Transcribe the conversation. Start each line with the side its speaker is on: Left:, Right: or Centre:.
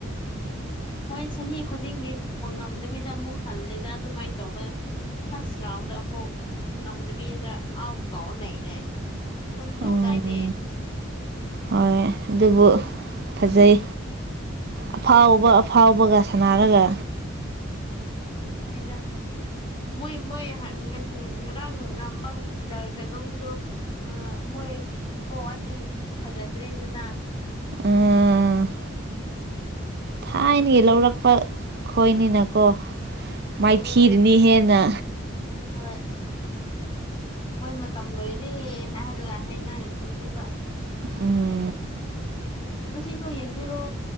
Left: ꯃꯣꯏ ꯆꯍꯤ ꯈꯨꯗꯤꯡꯒꯤ ꯉꯝꯗꯕꯤꯗ ꯑꯃꯨꯛ ꯍꯜꯂꯤꯗ ꯑꯗꯨꯃꯥꯏꯅ ꯇꯧꯕ ꯐꯥꯔꯁ ꯔꯥꯎꯟꯗ ꯑꯃꯨꯛ ꯉꯝꯗꯕꯤꯗ ꯑꯥꯎꯠ ꯇꯧꯔ ꯂꯩꯔꯦ ꯑꯗꯨꯝ ꯇꯧꯗꯥꯏꯅꯦ
Right: ꯎꯝ ꯍꯣꯏ ꯑꯗꯨꯕꯨ ꯐꯖꯩ ꯑꯐꯥꯎꯕ ꯑꯐꯥꯎꯕꯒ
Left: ꯎꯝ
Right: ꯁꯥꯟꯅꯔꯒ
Left: ꯍꯣꯏꯗ ꯃꯣꯏ ꯃꯣꯏ ꯉꯁꯤ ꯉꯔꯥꯡ ꯉꯝꯕ ꯀꯩꯅꯣꯝꯗꯣ ꯑ ꯃꯣꯏ ꯄꯣꯛꯑꯗꯤ ꯐꯖꯗ꯭ꯔꯔꯤꯅꯤꯅ
Right: ꯎꯝ ꯊꯥꯏꯅꯒꯤ ꯂꯧꯔꯛꯄ ꯈꯣꯏꯅꯤꯅꯀꯣ ꯃꯥꯏꯊꯤ
Left: ꯎꯝ
Right: ꯀꯤꯔꯅꯤ ꯍꯦꯟꯅ
Left: ꯍꯣꯏ ꯃꯣꯏ ꯃꯇꯝ ꯂꯣꯏꯔꯦ ꯍꯥꯏꯂ ꯍꯥꯏꯅꯔꯗꯨꯅꯦꯕ
Right: ꯎꯝ
Left: ꯉꯁꯤꯁꯨ ꯌꯦꯡꯗꯣꯏꯔꯣ